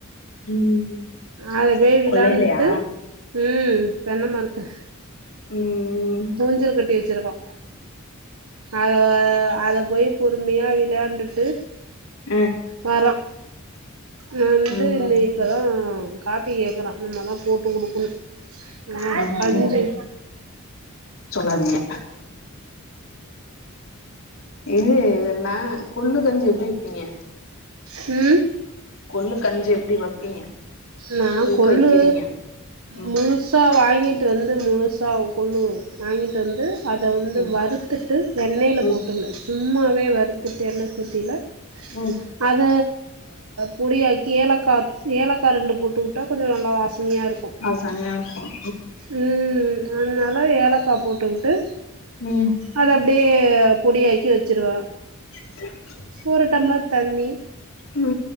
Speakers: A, on the left (about 65°); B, on the right (about 85°).
A: ம்
B: அத பேய் விளாண்டுட்டு
A: கொள்ளையிலையா
B: ம் தென்ன மரத்துல
A: ம்
B: ஊஞ்சல் கட்டி வச்சிருக்கோ அத அத அத போய் பொறுமையா விளாண்டுட்டு
A: அ
B: வரான் நா வந்து
A: ம்
B: இந்த இப்பதான் காப்பி கேக்கறான் இன்னுமதா போட்டு குடுக்கணும் அ
A: ம்
B: அஞ்சு
A: ம் சொல்லாதீங்க இது வேற்ணா கொள்ளு கஞ்சு எப்டி வப்பீங்க
B: ம்
A: கொள்ளு கஞ்சு எப்டி வப்பீங்க
B: நா
A: எதுக்கு
B: கொள்ளு
A: வைக்கிறீங்க ம்
B: முழுஸ் சா வாங்கிட்டு வந்து முழுசா கொள்ளு வாங்கிட்டு வந்து அத வந்து
A: ம்
B: வறுத்துட்டு வெண்ணெயில்
A: ம்
B: போட்டுல சும்மாவே வறுத்துட்டு எண்ண சட்டில
A: ம்
B: அத பொடியாக்கி ஏலக்காத் ஏலக் கா ரெண்டு போட்டு வுட்டா கொஞ்ச நல்லா வாசனையா இருக்கும்
A: ஆ செமையா இருக்கும்
B: ம் அதனால ஏலக்கா போட்டுக்கிட்டு
A: ம்
B: அது அப்டியே பொடியாக்கி வச்சுருவ
A: ச
B: ஒரு டம்ளர் தண்ணி
A: ம்